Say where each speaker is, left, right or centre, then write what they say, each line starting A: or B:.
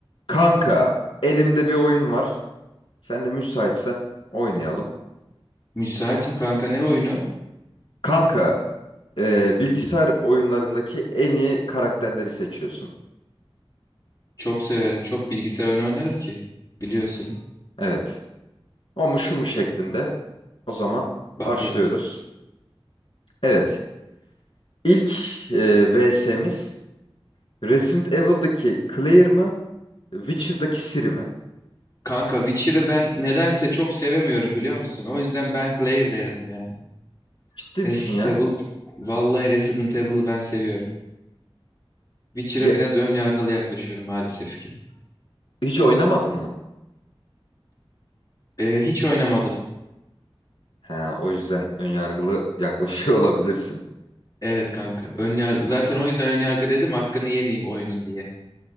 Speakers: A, on the left (about 65°); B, on the left (about 35°).
A: Kanka, elimde bir oyun var. Sen de müsaitsen oynayalım.
B: Müsaitim kanka ne oyunu?
A: Kanka, e, bilgisayar oyunlarındaki en iyi karakterleri seçiyorsun.
B: Çok severim. Çok bilgisayar oyunu oynarım ki. Biliyorsun.
A: Evet. O mu şu mu şeklinde. O zaman
B: Bakalım.
A: başlıyoruz. Evet. İlk e, VS'miz Resident Evil'daki Claire mı? Witcher'daki Ciri mi?
B: Kanka Witcher'ı ben nedense çok sevemiyorum biliyor musun? O yüzden ben Claire derdim yani.
A: Ciddi misin
B: Resident
A: ya?
B: Evil. Vallahi Resident Evil'ı ben seviyorum. Witcher'a
A: Ya-
B: biraz ön yargılı yaklaşıyorum maalesef ki.
A: hiç oynamadın mı?
B: Ee, hiç oynamadım.
A: Ha, o yüzden önyargılı yaklaşıyor <laughs> olabilirsin.
B: Evet kanka. Ön yargı. Zaten o yüzden ön yargı dedim hakkını yemeyeyim oyunun diye.